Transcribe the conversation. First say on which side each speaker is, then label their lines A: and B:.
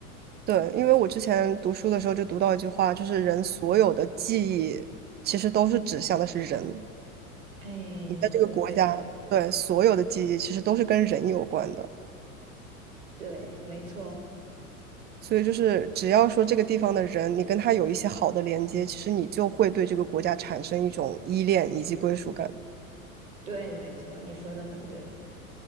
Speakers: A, on the right; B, on the right.
A: 对，因为我之前读书的时候就读到一句话，就是人所有的记忆其实都是指向的是人。
B: 哎，
A: 你在这个国家，
B: 你说的对，
A: 对，所有的记忆其实都是跟人有关的。
B: 对，没错，
A: 所以就是只要说这个地方的人，你跟他有一些好的连接，其实你就会对这个国家产生一种依恋以及归属感。
B: 对，没错，你说的很对。